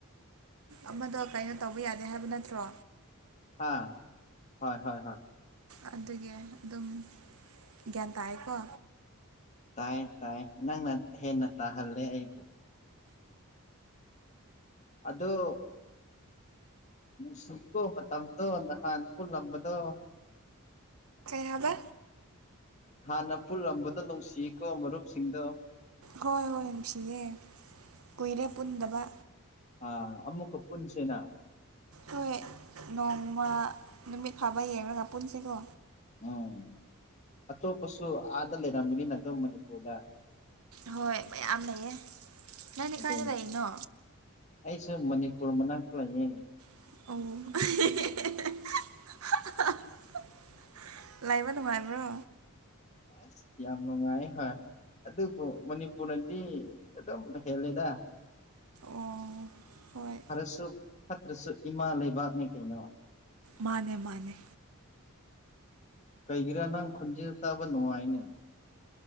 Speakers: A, on the right (about 80°); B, on the left (about 35°).
A: ꯑꯃꯗꯣ ꯀꯩꯅꯣ ꯇꯧꯕ ꯌꯥꯗꯦ ꯍꯥꯏꯕ ꯅꯠꯇ꯭ꯔꯣ
B: ꯑ ꯍꯣꯏ ꯍꯣꯏ ꯍꯣꯏ
A: ꯑꯗꯨꯗꯒꯤ ꯑꯗꯨꯝ ꯒ꯭ꯌꯥꯟ ꯇꯥꯏꯀꯣ
B: ꯇꯥꯏ ꯇꯥꯏ ꯅꯪꯅ ꯍꯦꯟꯅ ꯇꯥꯍꯜꯂꯦ ꯑꯩꯕꯨ ꯑꯗꯣ ꯅꯨꯡꯁꯤꯠꯀꯣ ꯃꯇꯝꯗꯣ ꯅꯍꯥꯟ ꯄꯨꯜꯂꯝꯝꯕꯗꯣ
A: ꯀꯩꯕ
B: ꯍꯥꯟꯅ ꯄꯨꯜꯂꯝꯝꯕꯗ ꯅꯨꯡꯁꯤꯀꯣ ꯃꯔꯨꯞꯁꯤꯡꯗꯣ
A: ꯍꯣꯏ ꯍꯣꯏ ꯅꯨꯡꯁꯤꯌꯦꯦ ꯀꯨꯏꯔꯦ ꯄꯨꯟꯗꯕ
B: ꯑꯥ ꯑꯃꯨꯛꯀ ꯄꯨꯟꯁꯤꯅ
A: ꯍꯣꯏ ꯅꯣꯡꯃ ꯅꯨꯃꯤꯠ ꯐꯥꯕ ꯌꯦꯡꯉꯒ ꯄꯨꯟꯁꯤꯀꯣ
B: ꯎꯝ ꯑꯇꯣꯞꯄꯁꯨ ꯑꯥꯗ ꯂꯩꯔꯝꯕꯅꯤꯅ ꯑꯗꯨꯝ ꯃꯅꯤꯄꯨꯔꯗ
A: ꯍꯣꯏ ꯃꯌꯥꯝ ꯂꯩꯌꯦ ꯅꯪꯅꯦ
B: ꯑꯗꯨꯅꯤ
A: ꯀꯥꯏꯗ ꯂꯩꯏꯅꯣ
B: ꯑꯩꯁꯨ ꯃꯅꯤꯄꯨꯔ ꯃꯅꯥ ꯀꯂꯌꯦꯦ
A: ꯑꯣ ꯂꯕ ꯊꯃꯔ꯭ꯔꯣ
B: ꯑꯦꯁ ꯌꯥꯝ ꯅꯨꯡꯉꯥꯏ ꯍꯣꯏ ꯑꯗꯨꯕꯨ ꯃꯅꯤꯄꯨꯔꯅꯗꯤ ꯑꯗꯨꯝ ꯍꯦꯜꯂꯦꯗ
A: ꯑꯣ ꯍꯣꯏ
B: ꯐꯔꯁꯨ ꯐꯠꯇ꯭ꯔꯁꯨ ꯏꯃꯥ ꯂꯩꯕꯥꯛꯅꯤ ꯀꯩꯅꯣ
A: ꯃꯥꯅꯦ ꯃꯥꯅꯦ
B: ꯀꯩꯒꯤꯔꯥ ꯅꯪ ꯈꯨꯟꯁꯤꯗ ꯇꯥꯕ ꯅꯨꯡꯉꯥꯏꯅꯦ